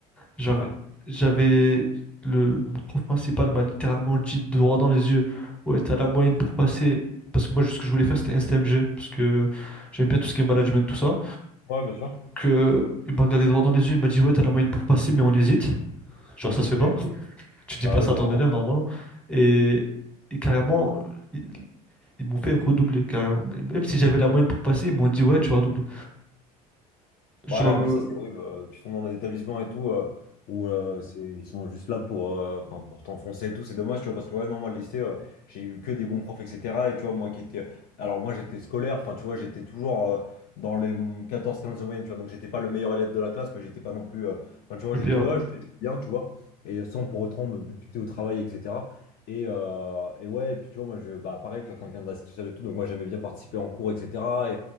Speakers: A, in the centre; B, on the left (about 50°).
A: Genre,
B: ouais.
A: j'avais le mon prof principal m'a littéralement dit droit dans les yeux, ouais, t'as la moyenne pour passer. Parce que moi, ce que je voulais faire, c'était STMG, parce que j'aime bien tout ce qui est management, tout ça.
B: Ouais, bien sûr.
A: Que il m'a regardé droit dans les yeux, il m'a dit, ouais, t'as la moyenne pour passer, mais on hésite. Genre, ça se
B: Ok,
A: fait pas. <laughs> Tu dis
B: bah
A: pas
B: ouais,
A: ça
B: clairement.
A: à ton élève, normalement. Et, et carrément, ils, ils m'ont fait redoubler, carrément. Même si j'avais la moyenne pour passer, ils m'ont dit, ouais, tu vas redoubler. Genre,
B: Ouais, mais
A: euh,
B: ça, c'est horrible. Euh, Tu tombes dans des établissements et tout, euh, où euh, c'est, ils sont juste là pour, euh, enfin, pour t'enfoncer et tout. C'est dommage, tu vois, parce que ouais, non, moi, le lycée, euh, j'ai eu que des bons profs, etc. Et tu vois, moi qui étais. Alors, moi, j'étais scolaire, enfin, tu vois, j'étais toujours euh, dans les quatorze, quinze de moyenne, tu vois. Donc, j'étais pas le meilleur élève de la classe, mais j'étais pas non plus. euh, Enfin, tu vois,
A: le
B: j'étais,
A: pire.
B: ouais, j'étais bien, tu vois. Et sans pour autant me buter au travail, etc. Et, euh, et ouais, et puis tu vois, moi, je, bah, pareil, tu vois, quelqu'un de la situation et tout. Donc, moi, j'aimais bien participer en cours, etc.